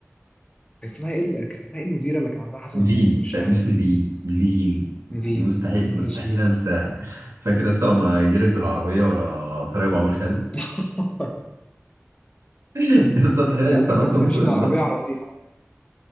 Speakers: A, on the left; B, on the right.
A: كانت اسمها ايه ال- كانت اسمها ايه المديره اللي كان عندها حسنه
B: نيفين
A: في نص وشها
B: آه، مش
A: ده؟
B: نيفين نيفين
A: فين
B: دي مستحيل
A: يا نهار
B: مستحيل
A: اسود
B: انساها فاكر لسه لما جريت بالعربيه ورا طريق ابو عمرو خالد
A: <laughs>
B: <laughs> لسه تخيل
A: هي
B: لسه
A: اصلا
B: نط
A: كانت
B: من
A: بتمشي
B: فوق النط
A: بالعربيه على الرصيف عادي